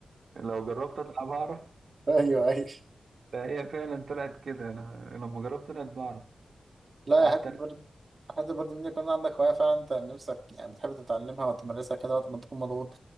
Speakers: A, on the right (about 60°); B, on the right (about 40°).
A: لو جربت اطلع بعرف
B: أيوه أيوه
A: فهي فعلا طلعت كده انا لما جربت طلعت بعرف
B: لا
A: وقعدت
B: يا حتة برد حتى برضه ان يكون عندك هواية فعلا انت نفسك يعني بتحب تتعلمها وتمارسها كده وقت ما تكون مضغوط